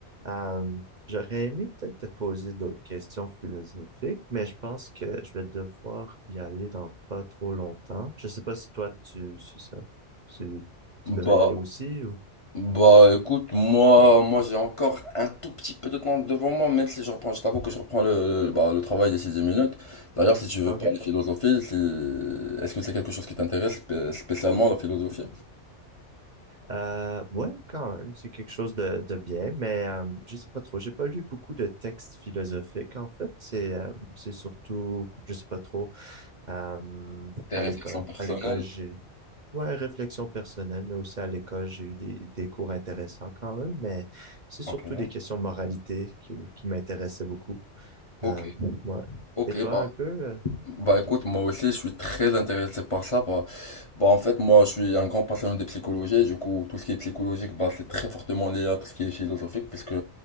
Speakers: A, on the right (about 45°); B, on the left (about 30°).
A: Euh, j'aurais aimé peut-être te poser d'autres questions philosophiques, mais je pense que je vais devoir y aller dans pas trop longtemps. Je sais pas si toi tu c'est ça, si tu devais
B: Bah,
A: y aller aussi ou.
B: Bah écoute, moi, moi j'ai encore un tout petit peu de temps devant moi, même si je reprends, je t'avoue que je reprends le, le- bah, le travail d'ici 10 minutes. D'ailleurs, si tu veux
A: Ah, Ok.
B: parler philosophie, si... est-ce que c'est quelque chose qui t'intéresse spé- spécialement la philosophie?
A: Euh, ouais, quand même, c'est quelque chose de, de bien, mais euh, je sais pas trop. J'ai pas lu beaucoup de textes philosophiques en fait. C'est euh, c'est surtout, je sais pas trop. Euh,
B: Tes
A: à
B: réflexions
A: l'école.
B: personnelles?
A: À l'école, j'ai Ouais, réflexion personnelle, mais aussi à l'école, j'ai eu des, des cours intéressants quand même, mais c'est surtout
B: Ok.
A: des questions de moralité qui, qui m'intéressaient beaucoup.
B: Ok,
A: Euh, ouais.
B: ok,
A: Et toi,
B: bah
A: un peu? euh,
B: Bah écoute,
A: ouais.
B: moi aussi je suis très intéressé par ça. Bah, bah, en fait, moi je suis un grand passionné de psychologie. et Du coup, tout ce qui est psychologique, bah, c'est très fortement lié à tout ce qui est philosophique, puisque